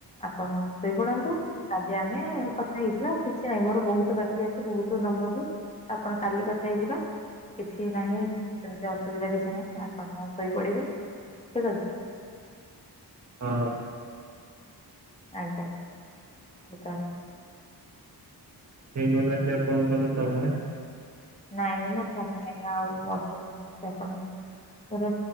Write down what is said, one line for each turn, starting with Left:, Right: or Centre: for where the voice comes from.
Left: ଆପଣ ଶୋଇ ପଡନ୍ତୁ କାଲି ଆମେ କଥା ହେଇଯିବା। କିଛି ନାହିଁ ମୋର ବହୁତ ବାକି ଅଛି ବହୁତ ନମ୍ବରରୁ ଆପଣ କାଲି କଥା ହେଇଯିବା। କିଛି କିଛି ନାହିଁ ସେମିତି ଅସୁବିଧା କିଛି ନାହିଁ ଆପଣ ଶୋଇପଡିବେ, ଠିକ ଅଛି <inaudible>
Right: ହଁ।
Left: ଆଜ୍ଞା ହଉ ତାହେଲେ।
Right: ହେଇଗଲା କି ଆପଣଙ୍କର ସମୟ।
Left: ନାଇଁ ମୋର ସମୟ ହେଇନି ଆଉ ଅଳ୍ପ ସମୟ ଅଛି, ଆପଣ